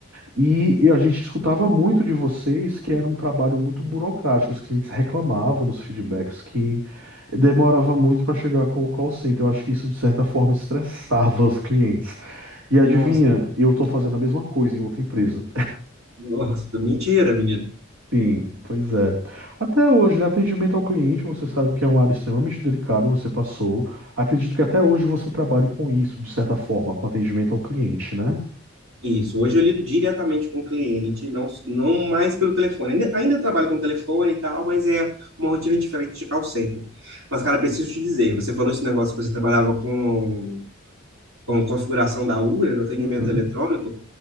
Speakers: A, on the right; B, on the right.
A: E, e a gente escutava muito de vocês que era um trabalho muito burocrático, os clientes reclamavam nos feedbacks que demorava muito para chegar com o call center. Eu acho que isso, de certa forma, estressava os clientes. E
B: Nossa,
A: adivinha, eu estou fazendo a mesma coisa em outra empresa.
B: nossa, mentira, menino.
A: Sim, pois é. Até hoje, né, atendimento ao cliente, você sabe que é uma área extremamente delicada, você passou. Acredito que até hoje você trabalhe com isso, de certa forma, com atendimento ao cliente, né?
B: Isso, hoje eu lido diretamente com o cliente, não, não mais pelo telefone. Ainda, ainda trabalho com telefone e tal, mas é uma rotina diferente de call center. Mas, cara, preciso te dizer, você falou esse negócio que você trabalhava com, com configuração da URA, do atendimento
A: Uhum,
B: eletrônico.